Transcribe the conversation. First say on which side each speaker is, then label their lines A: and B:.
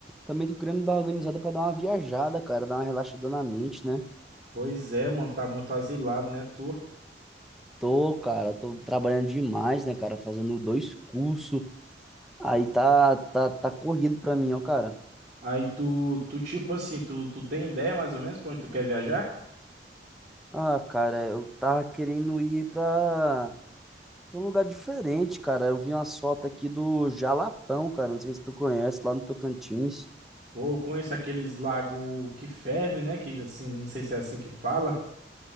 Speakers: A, in the centre; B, on the right.
A: Também tô querendo dar uma organizada pra dar uma viajada, cara, dar uma relaxada na mente, né?
B: Pois é, mano, tá muito asilado, né, tu?
A: Tô, cara, tô trabalhando demais, né, cara? Fazendo dois cursos. Aí tá, tá, tá corrido pra mim, ó, cara.
B: Aí tu, tu tipo assim, tu, tu tem ideia mais ou menos pra onde tu quer viajar?
A: Ah, cara, eu tava querendo ir pra, pra um lugar diferente, cara. Eu vi umas fotos aqui do Jalapão, cara. Não sei se tu conhece, lá no Tocantins.
B: Ou eu conheço aqueles lagos que ferve, né, que assim, não sei se é assim que fala.